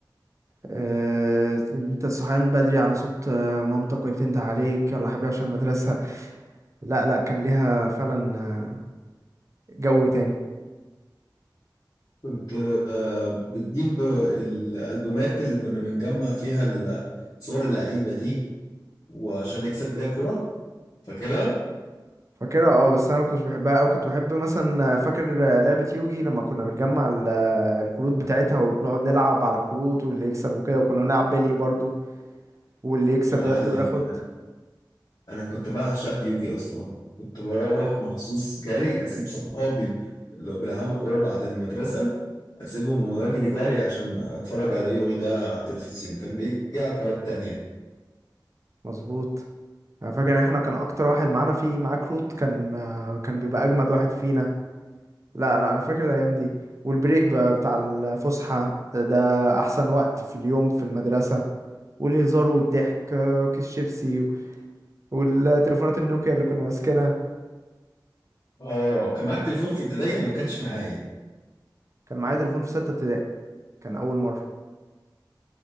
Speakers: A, on the right; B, on the left.
A: آه، أنت صحيان بدري على صوت آه، مامتك وهي بتنده عليك يلا حبيبي عشان المدرسة لا لا كان ليها فعلا آه، جو تاني
B: كنت آه، بتجيب آه، الالبومات اللي كنا بنجمع فيها ال- صور اللعيبه دي وعشان نكسب بيها كرة فاكرها
A: فاكرها اه بس انا ما كنتش بحبها قوي كنت بحب مثلا فاكر لعبة يوجي لما كنا بنجمع ال- الكروت بتاعتها وبنقعد نلعب على الكروت واللي يكسب وكده وكنا بنلعب بلي برضو واللي يكسب
B: معلم
A: يرضى ياخد
B: انا انا كنت بعشق يوجي اصلا كنت بروح مخصوص جري اسيب صحابي لو بيلعبوا كورة بعد المدرسة اسيبهم واجري جري عشان اتفرج على يوغي ده على التلفزيون كان بيجي على القناة التانية
A: مظبوط انا فاكر ان احنا كان اكتر واحد معانا فيه معاه كروت كان كان بيبقى اجمد واحد فينا لا لا انا فاكر الايام دي والبريك بقى بتاع الفسحة ده ده احسن وقت في اليوم في المدرسة والهزار والضحك آه، وكيس شيبسي والتليفونات النوكيا اللي كنا ماسكينها
B: اه كان معاك تليفون في ابتدائي انا ما كانش معايا
A: كان معايا تليفون في ستة ابتدائي كان أول مرة